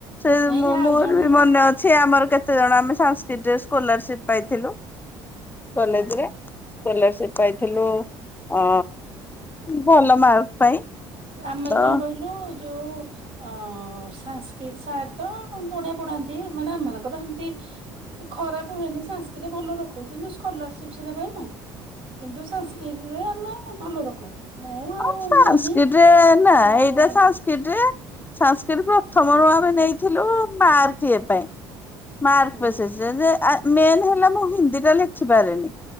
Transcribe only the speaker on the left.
ସେ
ମୋ ମୋ
ମୋର
ବି ମନେ ଅ ସେ ଆମର କେତେ ଜଣ ଆମେ ସାଂସ୍କତି ସ୍କଲାରସିପ ପାଇଥିଲୁ କଲେଜରେ
ସ୍ଲଲାରସିପ ପାଇଥିଲୁ ଅ ଭଲ ମାର୍କ ପାଇଁ
ତ
ହଁ
ସାନସ୍କ୍ରୀଟ
ନା
ଏଇଟା ସାନ ସାନସ୍କ୍ରୀଟ ରେ ସଂସ୍କ୍ରିଟ ପ୍ରଥମରୁ ଆମେ ନେଇଥିଲୁ ମାର୍କ ଇଏ ପାଇଁ। ମାର୍କ
ପ୍ରୋସେସ ରେ ଯେ ମେନ୍ ହେଲା ମୁଁ ହିନ୍ଦୀ ଟା ଲେଖିପାରେନି।